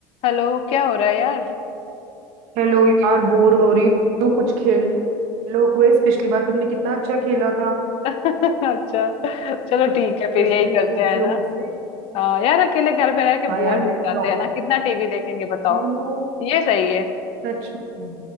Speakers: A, on the left (about 55°); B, on the right (about 65°).
A: हेलो क्या हो रहा है यार
B: Hello यार bore हो रही हूँ कुछ खेल लो क्विज पिछली बार तुमने कितना अच्छा खेला था
A: <laughs> अच्छा चलो
B: कुछ
A: ठीक है फिर
B: क्वेश्चंस
A: यही करते
B: पूछ
A: हैं
B: लो
A: ना
B: मुझसे
A: हाँ यार अकेले घर पे रह के
B: हाँ
A: बोर
B: यार
A: भी
B: मैं
A: हो जाते
B: डॉक्टर
A: हैं ना कितना टीवी देखेंगे बताओ
B: नो
A: ये सही है
B: सच में